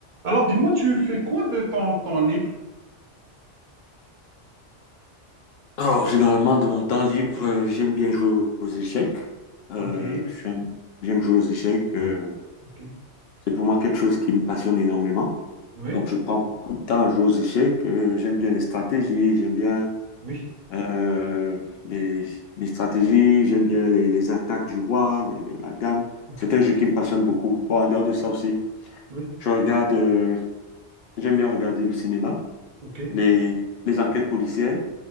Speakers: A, on the right; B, on the left.
A: Alors, dis-moi, tu fais quoi de ton temps libre?
B: Alors, généralement, de mon temps libre, euh, j'aime bien jouer aux aux échecs. Euh,
A: Ok,
B: j'aime j'aime jouer aux échecs. euh,
A: ok,
B: c'est pour moi quelque chose qui me passionne énormément.
A: oui,
B: Donc, je prends beaucoup de temps à jouer aux échecs. Euh, j'aime bien les stratégies, j'aime bien
A: oui,
B: euh, les, les stratégies, j'aime bien les, les attaques du roi, les- les- la dame.
A: ok,
B: C'est un jeu qui me passionne beaucoup. Bon, en dehors de ça aussi,
A: oui,
B: je regarde, euh, j'aime bien regarder le cinéma,
A: ok,
B: les, les enquêtes policières.